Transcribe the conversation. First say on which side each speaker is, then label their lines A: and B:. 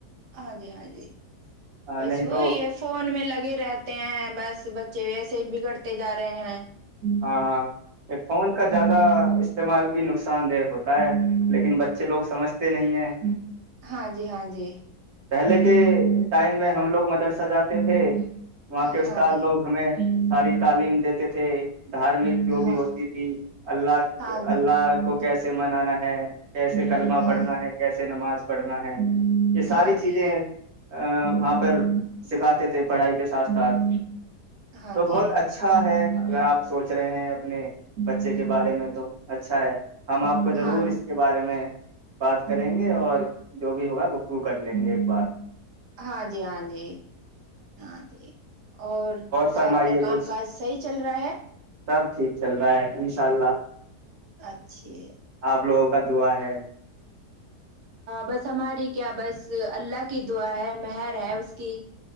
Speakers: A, on the right; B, on the right.
A: ہاں جی ہاں جی
B: ہاں
A: بس
B: نہیں
A: وہی
B: تو
A: ہے فون میں لگے رہیات <unintelligible> ہیں بس بچے و <unintelligible> سے بگڑ تے جا رہے ہیں
B: ہاں ہاں فون کا زیادہ استعمال بھی نقصان دہ ہوتا ہے لیکن بچے لوگ سمجھتے نہیں ہیں
A: ہاں جی ہاں جی
B: پہلے کے ٹائم میں ہم لوگ مدرسہ جاتے تھے وہاں کے استاد
A: ہاں جی
B: لوگ ہمیں تعلیم دیتے تھے دھارمک جو
A: ہاں
B: بھی ہوتی تھی اللہ
A: ہاں جی
B: اللہ کو کہ اس سے منانا ہے کیسے کلمہ
A: ہاں
B: پڑھنا ہے کیسے نماز پڑھنا ہے یہ ساری
A: ہاں جی ہاں جی
B: ا وہاں پر سکھاتے تھے پڑھائی کے ساتھ ساتھ
A: ہاں
B: تو
A: جی
B: بہت اچھا ہے اگر آپ سوچ رہے ہیں اپنے بچے کے بارے میں تو اچھا ہے ہم آپ کو ضرور
A: ہاں
B: اس کے بارے میں بات کریں گے اور جو بھی ہوگا گفتگو کر <inaudible>
A: ہاں جی ہاں جی ہاں جی اور
B: فرمائیے
A: آپ کا کام
B: کچھ
A: کاج صحیح چل رہا ہے
B: سب ٹھیک چل رہا ہے انشاء اللہ
A: اچھا
B: آپ لوگوں کا دعا ہے
A: بس ہماری کیا بس اللہ کی دعا ہے مہر ہے اس کی